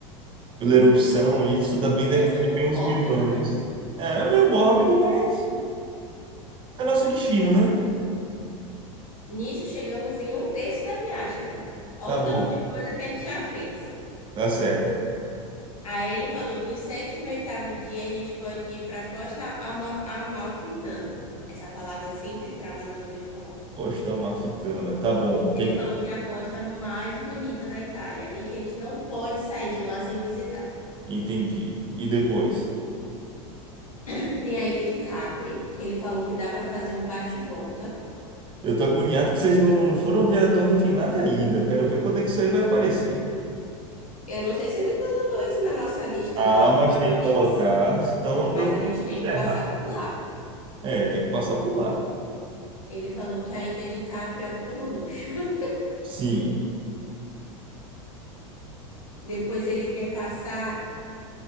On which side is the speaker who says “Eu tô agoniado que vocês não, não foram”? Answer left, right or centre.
Right